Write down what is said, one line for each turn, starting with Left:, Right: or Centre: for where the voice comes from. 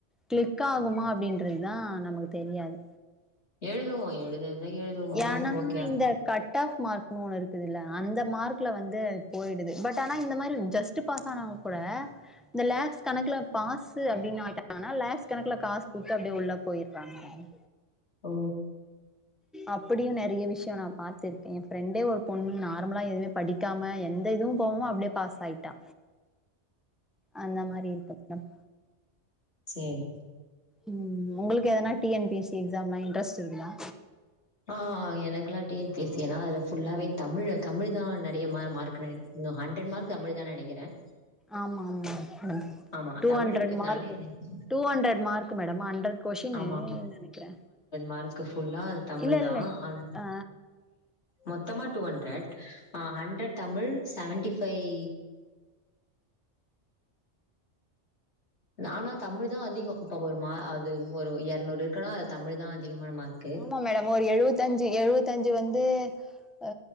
Centre: கிளிக் ஆகுமா அப்டின்றது தா நமக்கு தெரியாது
Left: எழுதுவோ எழுதுறத எழுதுவோ
Centre: ஏன்னா
Left: ஓகேயா
Centre: இந்த கட் ஆஃப் மார்க் ஒன்னு இருக்குதுல அந்த மார்க்ல வந்து போயிடுது பட் ஆனா இந்த மாரி ஜஸ் ட்டு பாஸ் ஆனவங்க கூட இந்த லேக்ஸ் கணக்குல பாசு அப்டின்னு ஆய்ட்டாங்கன்னா லேக்ஸ் கணக்குல காசு குடுத்து அப்டியே உள்ள போயிருறாங்க ம் ம்
Left: ஓ
Centre: அப்டியு நெறைய விஷயம் நா பாத்திருக்கே என் ஃப்ரெண்டே ஒரு பொண்ணு நார்மலா எதுமே படிக்காம எந்த இதுவு போகம அப்டியே பாஸ் ஆயிட்டா அந்த மாரி இருக்குறது தான்
Left: சேரி
Centre: ம் உங்களுக்கு எதனா T N P S C எக்ஸாம்ல்லா இட்ரெஸ்ட் இருக்குதா
Left: ஆ எனக்குகெல்லா டி என் பி சி னா அதுல ஃபுல்லாவே தமிழ் தமிழ் தா நெறைய மார்க்கு நினை இன்னு ஹண்ட்ரட் மார்க் தமிழ் தானு நெனைக்கிறேன்
Centre: ஆமா ஆமா
Left: ஆமா.
Centre: டூ
Left: தமிழ்
Centre: ஹண்ட்ரட்
Left: இருக்கிறதுனால
Centre: மார்க்
Left: எனக்கு
Centre: two hundred mark madam hundred question
Left: ஆமாமா.
Centre: நெனைக்கிறே
Left: மார்க் ஃபுல்லா அது தமிழ்
Centre: இல்ல
Left: தான்.
Centre: இல்ல
Left: அது
Centre: ஆ
Left: மொத்தமா two hundred hundred Tamil seventy five நானா தமிழ் தா அதிகம் இப்ப ஒரு மா அது ஒரு இரநூறு இருக்குன்னா அது தமிழ் தா அதிகமான மார்க்கு
Centre: ஆமா மேடம் ஒரு எழுவத்தஞ்சு எழுவத்தஞ்சு வந்து அ